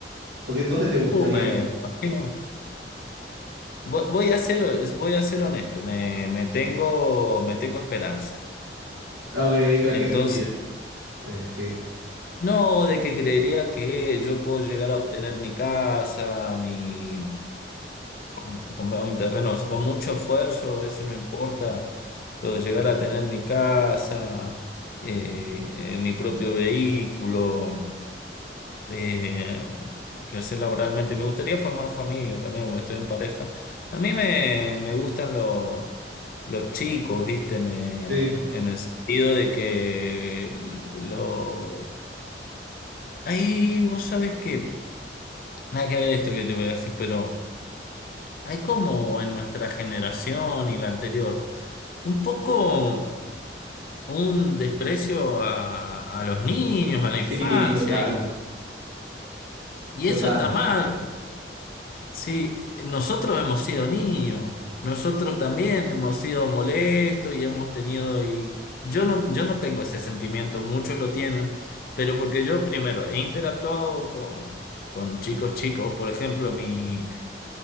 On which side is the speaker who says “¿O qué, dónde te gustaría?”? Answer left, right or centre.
Right